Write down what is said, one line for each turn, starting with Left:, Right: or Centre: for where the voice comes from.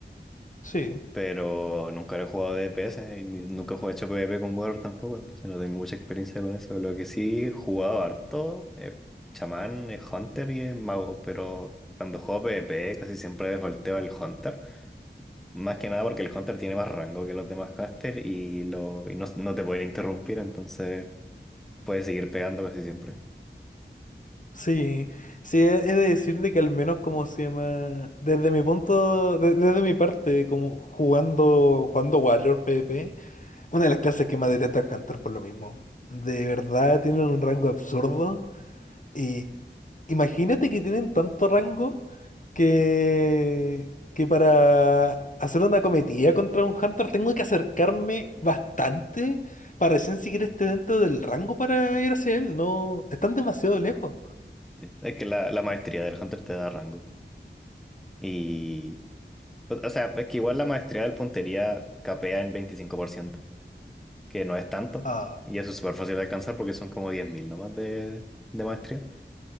Left: Sí.
Centre: pero nunca lo he jugado de DPS y ni- nunca he hecho PvP con Warrior tampoco, entonces no tengo mucha experiencia con eso. Lo que sí he jugado harto es chamán, es hunter y es mago, pero cuando juego PvP casi siempre defaulteo al hunter. Más que nada porque el hunter tiene más rango que los demás caster y, lo, y no, no te pueden interrumpir, entonces puedes seguir pegando casi siempre.
Left: Sí, sí, he he de decir de que al menos como se llama, desde mi punto, de- desde mi parte, como jugando, jugando Warrior PvP, una de las clases que más detesta es Hunter por lo mismo. De verdad tienen un rango absurdo y imagínate que tienen tanto rango que, que para hacer una cometida contra un Hunter tengo que acercarme bastante para recién siquiera esté dentro del rango para ir hacia él. No, están demasiado lejos.
Centre: Sí. Es que la, la maestría del hunter te da rango. Y, o o sea, es que igual la maestría del puntería capea en 25% que no es tanto,
Left: Ah,
Centre: y eso es súper fácil de alcanzar porque son como 10.000 nomás de, de maestría,